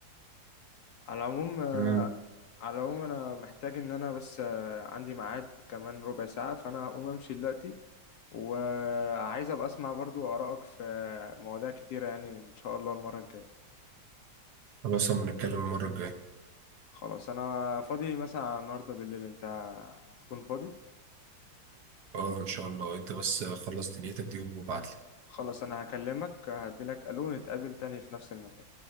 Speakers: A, on the left; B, on the right.
A: على العموم آه،
B: امم
A: على العموم انا محتاج ان انا بس آه، عندي ميعاد كمان ربع ساعة فانا هقوم امشي دلوقتي وعايز ابقى اسمع برضو آرائك في مواضيع كتيرة يعني ان شاء الله المرة الجاية
B: خلاص اما نتكلم المرة الجاية
A: خلاص انا فاضي مثلا على النهارده بالليل انت هتكون فاضي
B: اه ان شاء الله انت بس خلص دنيتك دي وابعتلي
A: خلاص انا هكلمك هديلك الو نتقابل تاني في نفس المكان